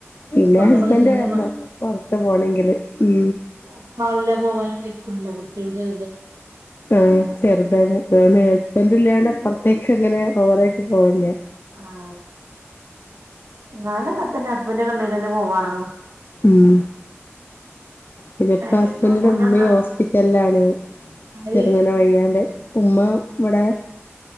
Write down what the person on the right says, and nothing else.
മക്കളൊക്കെ
ചെറിയ
<unintelligible> ക്കില്ല കുട്ടികൾക്ക്
ആ ഞാനങ്ങതനെ ഹസ്ബന്റൊക്കെടെതന്നെ പോവാറുള്ളു.
ഏറ്റവും
ഇഷ്ടമുള്ള ഫുഡ്
എന്താ
ആര്